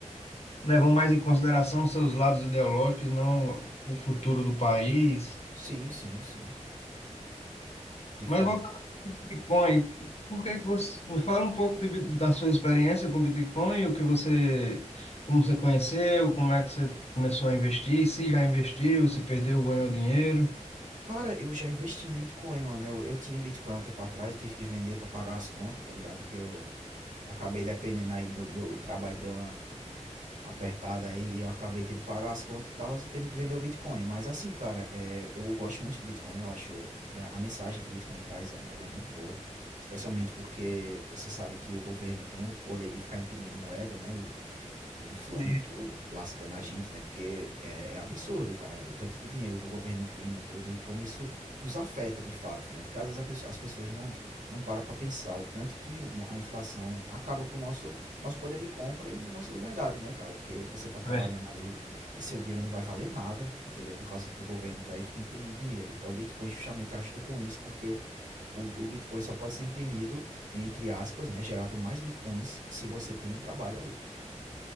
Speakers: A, on the left; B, on the right.
A: levam mais em consideração os seus lados ideológicos, não o futuro do país.
B: Sim, sim, sim. De
A: Mas
B: fato,
A: voltando
B: de fato.
A: ao Bitcoin, por que que você me fala um pouco de- da sua experiência com Bitcoin, o que você, como você conheceu, como é que você começou a investir, se já investiu, se perdeu, ganhou dinheiro.
B: Cara, eu já investi em Bitcoin, mano. Eu, eu tinha Bitcoin há um tempo atrás, tive que vender pra pagar as contas, tá ligado? Que eu acabei dependendo aí do meu, meu trabalho, deu uma, apertada aí e eu acabei tendo que pagar as contas e tal, e tendo que vender o Bitcoin. Mas assim, cara, é, eu gosto muito do Bitcoin, eu acho. e A, a mensagem que o Bitcoin traz, é, ela é muito boa. Especialmente porque você sabe que o governo tem o poder de ficar imprimindo moeda, né? E e inflando
A: E,
B: tudo, lascando a gente, né? Porque é, é absurdo, cara, o tanto de dinheiro que o governo imprime e tudo, e como isso nos afeta de fato, né? Porque às vezes a pesso- as pessoas não, não param para pensar o tanto que um- a inflação acaba com o nosso, nosso poder de compra e nossa liberdade, né, cara? Porque você tá trabalhando
A: é,
B: ali e seu dinheiro não vai valer nada, entendeu? Por causa que o governo, velho, fica imprimindo dinheiro. Então o Bitcoin justamente ajuda com isso, porque o, o Bitcoin só pode ser imprimido, entre aspas, né? Gerado mais Bitcoins se você tem um trabalho ali.